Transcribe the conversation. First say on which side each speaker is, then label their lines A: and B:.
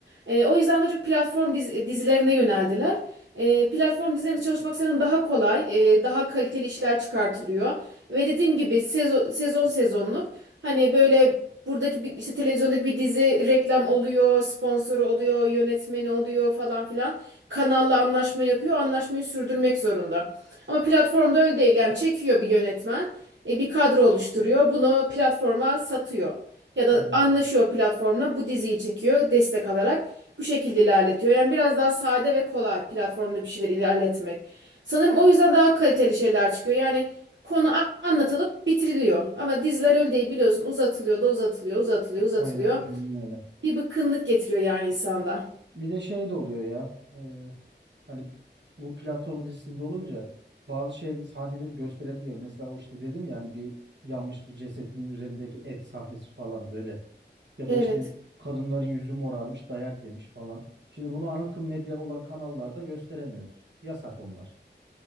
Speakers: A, on the right; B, on the right.
A: E, o yüzden daha çok platform diz- dizilerine yöneldiler. E, platform dizilerinde çalışmak senin daha kolay, e, daha kaliteli işler çıkartılıyor. Ve dediğim gibi sezon, sezon sezonluk hani böyle buradaki bir, işte televizyondaki bir dizi reklam oluyor, sponsoru oluyor, yönetmeni oluyor falan filan. Kanalla anlaşma yapıyor, anlaşmayı sürdürmek zorunda. Ama platformda öyle değil yani çekiyor bir yönetmen, e, bir kadro oluşturuyor, bunu platforma satıyor. Ya da
B: Aynen,
A: anlaşıyor platformla bu diziyi çekiyor destek alarak bu şekilde ilerletiyor. Yani biraz daha sade ve kolay platformda bir şeyler ilerletmek. Sanırım o yüzden daha kaliteli şeyler çıkıyor. Yani konu a- anlatılıp bitiriliyor. Ama diziler öyle değil biliyorsun uzatılıyor da uzatılıyor uzatılıyor uzatılıyor.
B: Aynen- aynen öyle.
A: Bir bıkkınlık getiriyor yani insanda.
B: Bir de şey de oluyor ya. e, hani bu platform dizisinde olunca bazı şey sahneleri gösterebiliyor. Mesela o işte dedim ya hani bir yanmış bir cesetin üzerindeki et sahnesi falan böyle. Ya da
A: Evet.
B: işte kadınların yüzü morarmış, dayak yemiş falan. Şimdi bunu ana akım medya olan kanallarda gösteremiyoruz. Yasak onlar.